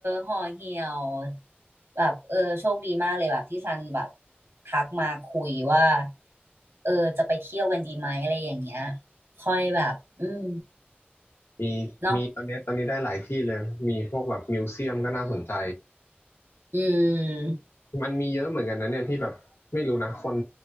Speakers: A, on the right (about 80°); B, on the left (about 85°).
A: ห่อเหี่ยวแบบเออโชคดีมากเลยแบบที่ซันแบบทักมาคุยว่าเออจะไปเที่ยวกันดีไหมอะไรอย่างเงี้ยค่อยแบบอืม
B: มีมีตอนเนี้ยตอนนี้ได้หลายที่เลยมีพวกแบบมิวเซียมก็น่าสนใจ
A: เนาะอืม
B: มันมีเยอะเหมือนกันนะเนี่ยที่แบบไม่รู้นะคน